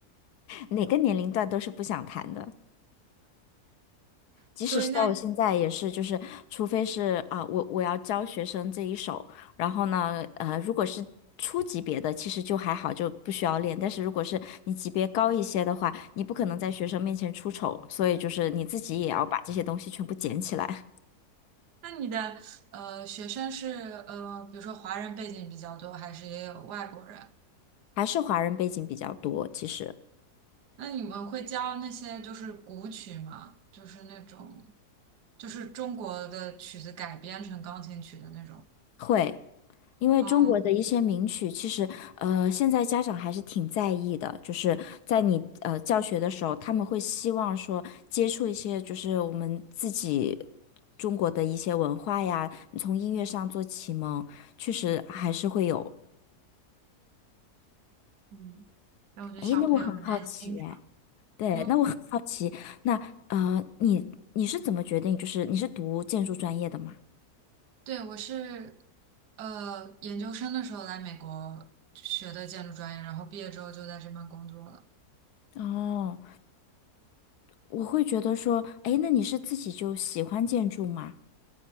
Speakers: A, on the left (about 80°); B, on the right (about 85°).
A: 哪个年龄段都是不想谈的，即使是到我现在也是，
B: 所以那
A: 就是除非是啊，我我要教学生这一手，然后呢，呃，如果是。初级别的其实就还好，就不需要练。但是如果是你级别高一些的话，你不可能在学生面前出丑，所以就是你自己也要把这些东西全部捡起来。
B: 那你的呃学生是呃，比如说华人背景比较多，还是也有外国人？
A: 还是华人背景比较多，其实
B: 那你们会教那些就是古曲吗？就是那种，就是中国的曲子改编成钢琴曲的那种。
A: 会。因为中国的一些名曲，
B: 嗯
A: 其实呃，现在家长还是挺在意的，就是在你呃教学的时候，他们会希望说接触一些就是我们自己中国的一些文化呀，从音乐上做启蒙，确实还是会有。
B: 嗯，但我觉得小朋友很难欣赏。
A: 诶，那我很好奇哎，对，
B: 嗯，
A: 那我很好奇，那呃，你你是怎么决定，就是你是读建筑专业的嘛？
B: 对，我是呃研究生的时候来美国学的建筑专业，然后毕业之后就在这边工作了。
A: 哦，我会觉得说，诶，那你是自己就喜欢建筑吗？